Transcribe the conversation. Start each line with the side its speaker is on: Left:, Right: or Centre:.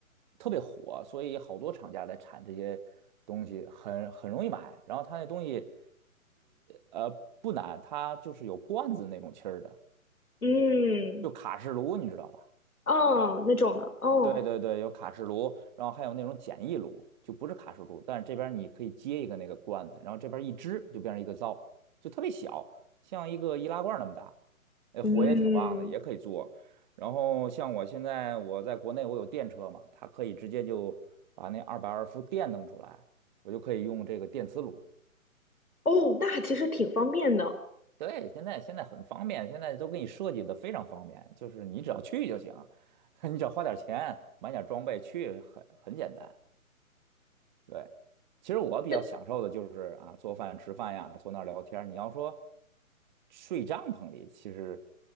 Right: 特别火，所以好多厂家在产这些东西很很容易买。然后它那东西呃呃不难，它就是有罐子那种气儿的，
Left: 嗯，
Right: 就卡式炉，你知道吧？
Left: 哦，那种的，哦，
Right: 对对对，有卡式炉，然后还有那种简易炉，就不是卡式炉，但是这边儿你可以接一个那个罐子，然后这边儿一支就变成一个灶，就特别小，像一个易拉罐儿那么大，哎，
Left: 嗯。
Right: 火也挺旺的，也可以做。然后像我现在我在国内我有电车嘛，它可以直接就把那二百二伏电弄出来，我就可以用这个电磁炉。
Left: 哦，那还其实挺方便的，
Right: 对，现在现在很方便，现在都给你设计的非常方便，就是你只要去就行，<laughs> 你只要花点钱买点装备去，很很简单。对，其实我比较享受的就是啊，
Left: 那
Right: 做饭、吃饭呀，坐那儿聊天儿你要说睡帐篷里，其实